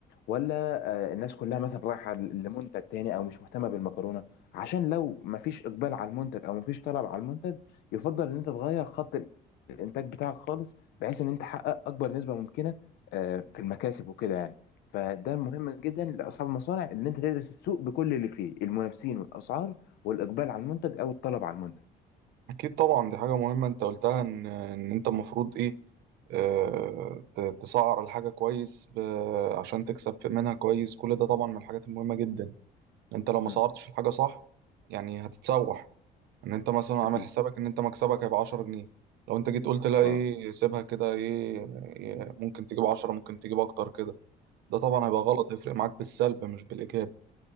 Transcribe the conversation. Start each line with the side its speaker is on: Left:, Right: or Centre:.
Left: ولا آه، الناس كلها مثلا رايحه لمنتج تاني او مش مهتمه بالمكرونه عشان لو مفيش اقبال على المنتج او مفيش طلب على المنتج يفضل ان انت تغير خط الانتاج بتاعك خالص بحيث ان انت تحقق اكبر نسبه ممكنه آه، في المكاسب وكده يعني فده مهم جدا لاصحاب المصانع ان انت تدرس السوق بكل اللي فيه المنافسين والاسعار والاقبال على المنتج او الطلب على المنتج
Right: أكيد طبعا دي حاجة مهمة أنت قلتها إن إن أنت المفروض إيه آه، ت- تسعر الحاجة كويس ب- عشان تكسب منها كويس كل ده طبعا من الحاجات المهمة جدا انت لو ما
Left: مم.
Right: صورتش الحاجة صح يعني هتتسوح ان انت مثلا عامل
Left: اكيد
Right: حسابك ان انت مكسبك هيبقى 10 جنيه لو انت جيت قلت لا ايه
Left: اه
Right: سيبها كده ايه إيه، ممكن تجيب 10 ممكن تجيب اكتر كده ده طبعا هيبقى غلط هيفرق معاك بالسلب مش بالايجاب